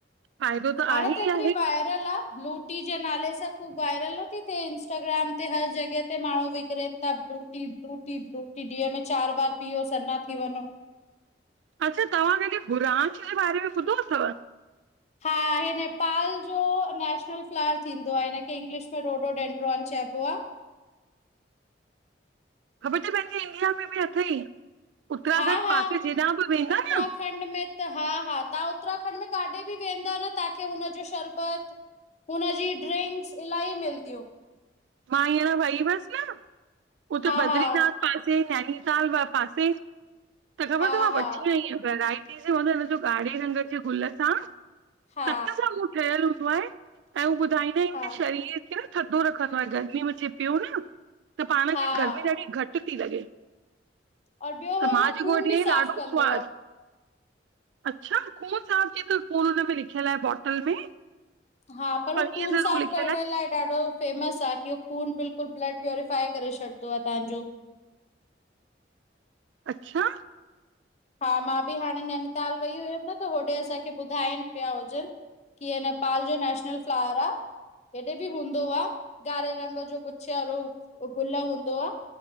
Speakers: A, on the right; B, on the left.
A: फ़ाइदो
B: हाणे
A: आहे
B: त हेएतिरी
A: ई आहे
B: वायरल आहे ब्लूटी जे नाले सां वायरल नथी थिए इंस्टाग्राम ते हर जॻह ते माण्हू विकरनि था blue tea blue tea blue ॾींीअ में चार बार पीओ सना थी वञो।
A: अच्छा तव्हां हिनॾ भुरांच जे बारे में ॿुधो अथव?
B: हा <inaudible> नेपाल जो नेशनल फ्लर थींदो आहे हिनखे इंगलिश में रोडो डडो चइबो आहे <inaudible> <inaudible>
A: ख़बर त पंहिंजी इंडिया में बि अथई। उत्तराखंड
B: हा हा
A: पासे जेॾां बि वेंदा
B: उत्तराखंड
A: न
B: में त हा हा तव्ह उत्तराखंड में काथे बि वेंदो न तव्हांखे हुनजो शरबत हुनजी ड्रिंक्स इलाही मिलंदियूं।
A: मां हींअर वई हुअसि न उते
B: हा
A: बद्रीनाथ
B: हा
A: पासे साल। पासे त ख़बर
B: हा
A: अथ मां
B: हा
A: वठी आई आहियां हिनो ॻाड़़े नंगर जे गुल सां
B: हा
A: सत सां उहो ठहियल हूंदो ऐं उ ॿुधाईंदा आहिनि की
B: हा
A: शरीर खे न थधो रखंदो आहे गर्मी मेंचे पियो न त पाण
B: हा
A: खे गर्मी ॾाढी घटि थी लॻे।
B: और ॿियो
A: त
B: हो
A: मां
B: न
A: जे
B: खून
A: घोठी
B: बि साफ़
A: ॾाढो
B: कंदो
A: स्वादु
B: आ।
A: अच्छा खून साफ़ च थो खून हुन में लिखियलु आहे बॉटल में
B: हा पर उ खून
A: हीअ ज़रूर
B: साफ़
A: लिखियल
B: करण
A: आहे
B: लाइ ॾाढो फेमस आहे। की खून बिल्कुलु ब्लड प्यूरफाइ करे छॾंदो आहे तव्हांजो
A: अचछा
B: हा मां बि हाणे नैनीताल वई हुअमि न त होॾे असांखे ॿुधाइनि पिया हुजनि। कीअ नेपाल जो नेशनल फ्लावर आहे हेॾे बि हूंदो आहे गाारे रंग जो गुो गुल हूंदो आ।